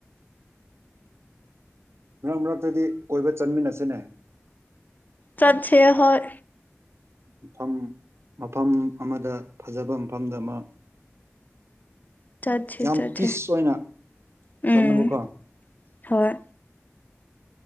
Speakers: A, on the right; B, on the left.
A: ꯃꯔꯛ ꯃꯔꯛꯇꯗꯤ ꯀꯣꯏꯕ ꯆꯟꯃꯤꯟꯅꯁꯤꯅꯦ
B: ꯆꯠꯁ ꯍꯣꯏ
A: ꯃꯐꯝ ꯃꯐꯝ ꯑꯃꯗ ꯐꯖꯕ ꯃꯐꯝꯗ ꯑꯃ
B: ꯆꯠꯁꯦ
A: ꯌꯥꯝ
B: ꯆꯠꯁꯦ
A: ꯄꯤꯁ ꯑꯣꯏꯅ
B: ꯎꯝ
A: ꯆꯠꯅꯕꯀꯣ
B: ꯍꯣꯏ